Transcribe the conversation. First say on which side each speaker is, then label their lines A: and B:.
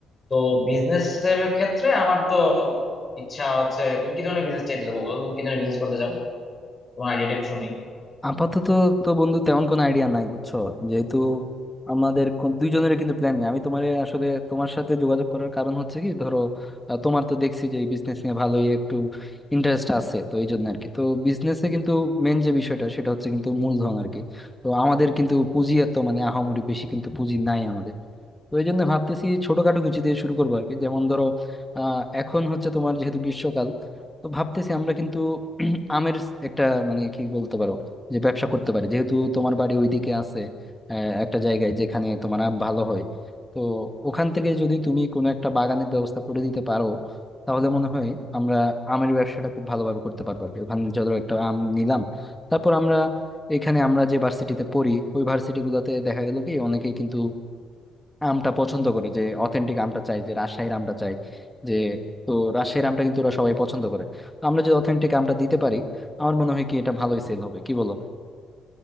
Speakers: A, on the left (about 30°); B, in the centre.
A: তো বিজনেস এর ক্ষেত্রে আমার তো ইচ্ছা হচ্ছে তুমি কি ধরনের বিজনেস চাইতেছো বলো তুমি কি ধরনের বিজনেস করতে চাও তোমার আইডিয়াটা কি শুনি
B: আপাতত তো বন্ধু তেমন কোনো আইডিয়া নাই বুঝছো যেহেতু আমাদের কোন- দুইজনেরই কিন্তু প্ল্যান নেই আমি তোমার আসলে তোমার সাথে যোগাযোগ করার কারণ হচ্ছে কি ধরো আহ, তোমার তো দেখছি যে এই বিজনেস নিয়ে ভালোই একটু ইন্টারেস্ট আছে তো এই জন্য আর কি তো বিজনেসে কিন্তু মেন যে বিষয়টা সেটা হচ্ছে কিন্তু মূলধন আর কি তো আমাদের কিন্তু পুঁজি এত মানে আহামরি বেশি কিন্তু পুঁজি নাই আমাদের তো এই জন্য ভাবতেছি ছোটখাটো কিছু দিয়ে শুরু করবো আর কি যেমন ধরো আহ এখন হচ্ছে তোমার যেহেতু গ্রীষ্মকাল তো ভাবতেছি আমরা কিন্তু <clears throat> আমের একটা মানে কি বলতে পারো যে ব্যবসা করতে পারে যেহেতু তোমার বাড়ি ওইদিকে আছে আহ, একটা জায়গায় যেখানে তোমার আম ভালো হয় তো ওখান থেকে যদি তুমি কোনো একটা বাগানের ব্যবস্থা করে দিতে পারো তাহলে মনে হয় আমরা আমের ব্যবসাটা খুব ভালোভাবে করতে পারবো আর কি। ওখানে ধরো একটা আম নিলাম তারপর আমরা এখানে আমরা যে ভার্সিটিতে পড়ি ওই ভার্সিটি গুলোতে দেখা গেল কি অনেকেই কিন্তু আমটা পছন্দ করে যে অথেন্টিক আমটা চাই যে রাজশাহীর আমটা চাই যে তো রাজশাহীর আমটা কিন্তু ওরা সবাই পছন্দ করে তো আমরা যদি অথেন্টিক আমটা দিতে পারি আমার মনে হয় কি এটা ভালোই সেল হবে কি বলো